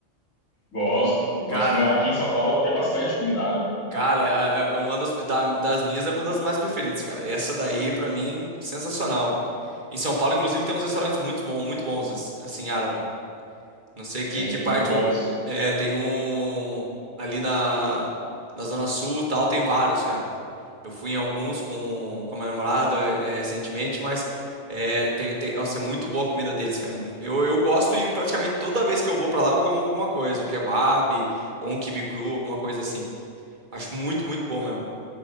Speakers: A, on the left (about 80°); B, on the right (about 35°).
A: gosto, gosto.
B: Cara,
A: Aqui em São Paulo tem bastante comida árabe,
B: cara, a- a- uma das, da- das minhas é uma das mais preferidas, cara. Essa daí, pra mim, sensacional. Em São Paulo, inclusive, tem uns restaurantes muito bons, muito bons, ass- assim, árabe. Não sei que,
A: tem,
B: que
A: tem
B: parte.
A: muito bons.
B: vo- É, tem um. Ali na, na Zona Sul e tal, tem vários, cara. Eu fui em alguns com, com a minha namorada eh, recentemente, mas é, tem, tem- nossa, é muito boa a comida deles, cara. Mu- Eu, eu gosto e praticamente toda vez que eu vou pra lá eu como alguma coisa, um kebab ou um quibe cru, alguma coisa assim. Acho muito, muito bom mesmo.